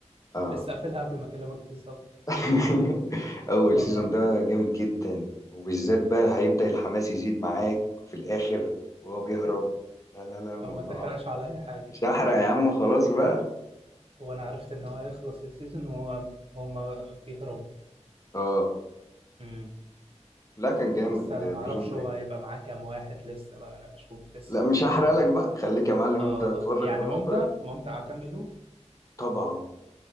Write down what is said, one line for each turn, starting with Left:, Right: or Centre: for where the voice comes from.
Left: اه
Right: لسه قافلها قبل ما اكلمك بالظبط
Left: <laughs> اول
Right: والله
Left: سيزون ده جامد جدا وبالذات بقى هيبدأ الحماس يزيد معاك في الاخر وهو بيهرب لا لا لا الموضوع
Right: طب ما تحرقش عليا حاجه
Left: مش هحرق يا عم خلاص بقى
Right: وانا عرفت ان هو هيخلص السيزون وهو هما بيهربوا
Left: اه
Right: امم
Left: لا كان جامد
Right: بس انا
Left: بريزون
Right: ما اعرفش
Left: بريك
Right: هو هيبقى معاه كام واحد لسه بقى انا بشوف لسه
Left: لا مش هحرق
Right: هو بيت
Left: لك بقى خليك يا معلم
Right: اه
Left: انت تتفرج
Right: آه، يعني
Left: براحتك
Right: ممتع ممتع اكمله
Left: طبعا